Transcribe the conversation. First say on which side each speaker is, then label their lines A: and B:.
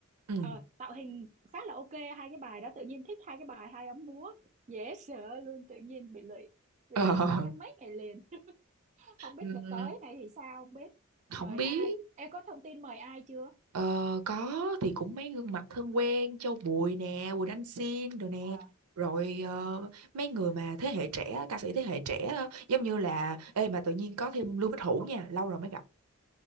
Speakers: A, on the right (about 85°); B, on the right (about 30°).
A: ừ
B: ờ, tạo hình khá là ok hai cái bài đó tự nhiên thích hai cái bài hai ông múa dễ sợ luôn tự nhiên bị lụy bị
A: Ờ,
B: lụy
A: <laughs>
B: coi hết mấy ngày liền không biết
A: ừm,
B: đợt tới này thì sao không biết
A: không
B: mời
A: biết
B: ai em có thông tin mời ai chưa
A: ờ, có thì cũng mấy gương mặt thân quen Châu Bùi nè Quỳnh Anh Xin rồi nè
B: à
A: rồi ờ, mấy người mà thế hệ trẻ ca sĩ thế hệ trẻ ờ, giống như là ê mà tự nhiên có thêm Lưu Bích Hữu nha lâu rồi mới gặp